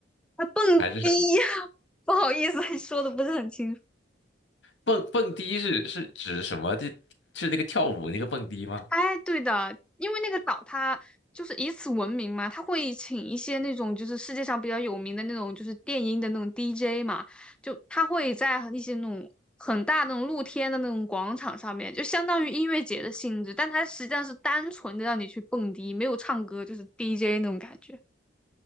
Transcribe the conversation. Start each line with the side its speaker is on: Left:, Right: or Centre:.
Centre: 啊，蹦迪，
Left: 还是什么？
Centre: <laughs> 不好意思，<laughs> 说的不是很清楚。
Left: 蹦蹦迪是是指什么？这是那个跳舞那个蹦迪吗？
Centre: 哎，对的，因为那个岛它就是以此闻名嘛，它会请一些那种就是世界上比较有名的那种就是电音的那种 DJ 嘛，就他会在和一些那种很大的那种露天的那种广场上面，就相当于音乐节的性质，但它实际上是单纯的让你去蹦迪，没有唱歌，就是 DJ 那种感觉。